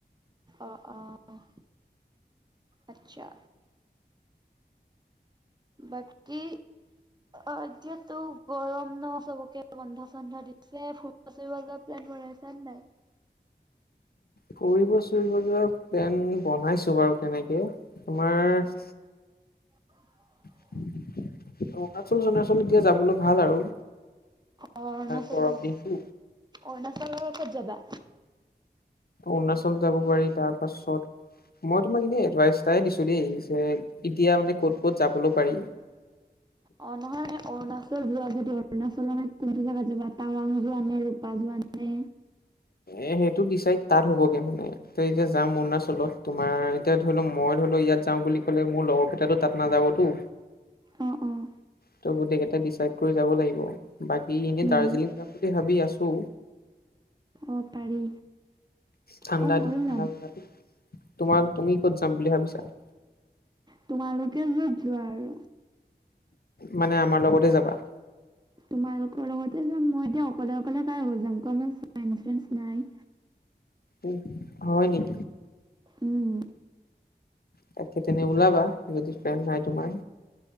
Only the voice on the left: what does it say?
ফুৰিব চুৰিব যোৱা প্লেন বনাইছো বাৰু তেনেকে তোমাৰ
অৰুণাচল-চৰুণাচল এতিয়া যাবলৈ ভাল আৰু।
গৰম
দিনটো।
অৰুণাচল যাব পাৰি তাৰ পাছত মই তোমাক এনেই এডভাইচটাই দিছোঁ দেই যে এতিয়া মানে ক'ত ক'ত যাবলৈও পাৰি।
এ সেইটো ডিচাইড তাত হ'বগে মানে ত যে যাম অৰুণাচলত। তোমাৰ এতিয়া ধৰি লও মই ধৰি লও ইয়াত যাওঁ বুলি ক'লে মোৰ লগৰ কেইটো তাত নাযাবতো।
ত' গোটেই কেইটা ডিচাইড কৰি যাব লাগিব বাকী এনেই
দাৰ্জিলিং যাম বুলি ভাবি আছো।
ঠাণ্ডা
<unintelligible>
তোমাৰ তুমি ক'ত যাম বুলি ভাবিছা?
মানে আমাৰ লগতে যাবা?
উ হয় নেকি।
তাকে তেনে ওলাবা যদি ফেন নাই তোমাৰ।